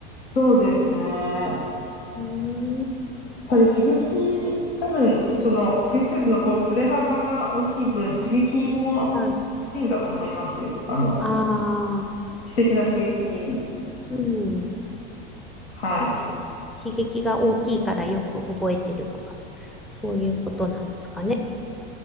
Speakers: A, on the left (about 80°); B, in the centre.
A: そうですね。やっ
B: うーん。
A: ぱり刺激、多分、その、グリフィドのこう、振れ幅が大きい分、刺激も
B: はい。
A: 大きいんだと思いますよ。あの、
B: ああ、
A: 知的な刺激。
B: うん。
A: はい。
B: そう刺激が大きいからよく覚えてるとか、そういうことなんですかね。